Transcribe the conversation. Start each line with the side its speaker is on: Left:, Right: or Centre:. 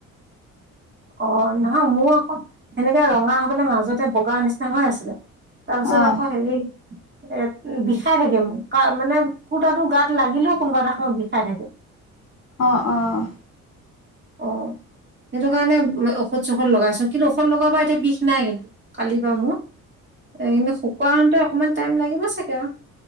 Right: অ', নহয় মোৰ আকৌ সেনেকে ৰঙা হবলে মাজতে বগা নিচিনা হৈ আছিলে। তাৰপিছত
Left: অ',
Right: আকৌ হেৰি এ বিষাই থাকে মোক মানে কটাাতটো গাত লাগিলেও কোনোবা এটা সময় বিষাই থাকে। <inaudible>
Left: অ', অ'।
Right: অ'। সেইটো কাৰণে ঔষধ চৌষধ লগাইছো। কিন্তু ঔষধ লগোৱাৰ পা এতিয়া বিষ নাই কিন্তু, কালি পা মোৰ এ, কিন্তু শুকুৱাওতে অকনমান টাইম লাগিব চাগে আৰু